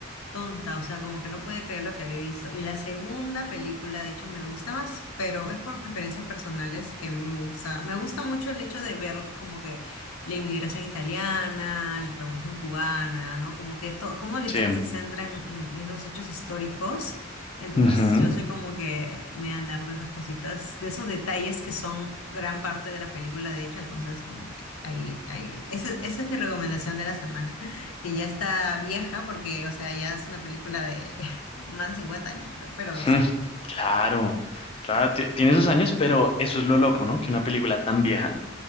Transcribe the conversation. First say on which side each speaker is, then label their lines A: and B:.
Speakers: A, on the left (about 80°); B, on the left (about 25°).
A: tonta, o sea, como que no podía creer lo que había visto. Y la segunda película, de hecho, me gusta más, pero es por preferencias personales que me gusta. Me gusta mucho el hecho de ver como que la inmigración italiana, la revolución cubana, ¿no? Como que todo, como la historia
B: Sí.
A: se centra en, en esos hechos históricos. Entonces,
B: Ujú. <laughs>
A: yo soy como que me voy a andar de esas cositas, de esos detalles que son gran parte de la película, de hecho, entonces como que ahí, ahí, ese- esa es mi recomendación de la semana que ya está vieja porque, o sea, ya es una película de <laughs> más de 50 años, creo, pero sí.
B: Mm, Claro, claro, ti- tiene esos años, pero eso es lo loco, ¿no? Que una película tan vieja